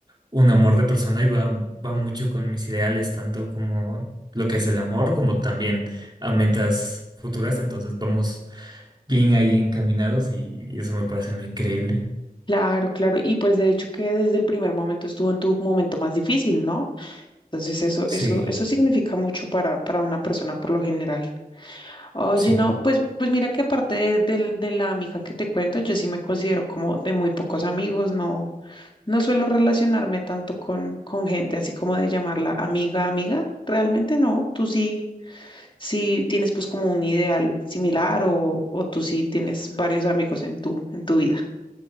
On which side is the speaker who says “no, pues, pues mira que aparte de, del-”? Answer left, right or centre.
Left